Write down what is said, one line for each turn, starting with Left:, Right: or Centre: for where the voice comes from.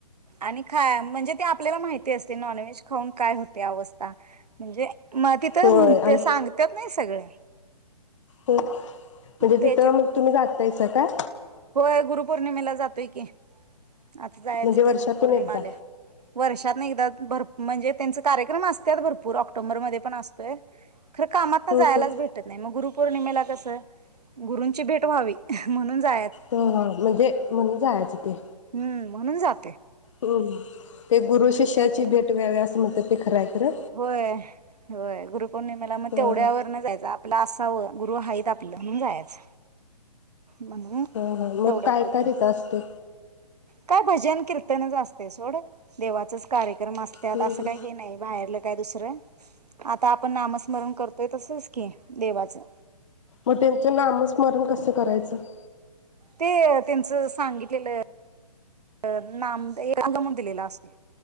Right: आणि खा म्हणजे ते आपल्याला माहिती असते नॉनव्हेज खाउ न काय होते अवस्था. म्हणजे मग तिथं
Left: होय
Right: म्हणते
Left: आणि
Right: सांगत नाही सगळं.
Left: हो म्हणजे
Right: त्याचे
Left: तिथं मग तुम्ही जातास काय?
Right: होय. गुरुपौर्णिमेला जातोय की. आता जायचं
Left: म्हणजे वर्षातून
Right: की गुरुपौर्णिमाल्या
Left: एकदा
Right: वर्ष वर्षीतन एकदा भर म्हणजे त्यांच कार्यक्रम असत भरपूर ऑक्टोबर मधे पण असतोय. खर कामात
Left: हम्म
Right: ना जायलाच
Left: हम्म.
Right: भेटत नाही. मग गरुपो र्नीमेला कस गुरुंची भेट व्हावी म्हणून जा
Left: हा म्हणजे म्हणून जायचं ते.
Right: हम्म म्हणून जातोय.
Left: होम ते गुरु शिष्याची
Right: हे नाही
Left: भेट व्यावे असं म्हणतात ते खरंय खरं.
Right: होय होय ग्रुप पौर्णिमे मग
Left: हा
Right: तेवढ्यावर
Left: हा.
Right: न जायच. आपलं असावं गुरु हायीत आपलं म्हणून जायचं. म्हणून
Left: ह ह मग
Right: तेवढ्यापुरतं
Left: काय काय तीथ असते?
Right: काय भजन कीर्तनच असते सोड देवाचंच कार्य क्रम असंतात
Left: हम्म
Right: अस
Left: हम्म.
Right: काही हे नाही बाहेरलं काय दुस या आता आप ण नामस्मरण करतोय तसंच की देवाचं.
Left: मग त्यांचं नाम स्मरण कसं करायचं? च
Right: ते तीनचं सांगितलेलं अ नाम आंद म्हण दिलेला असते.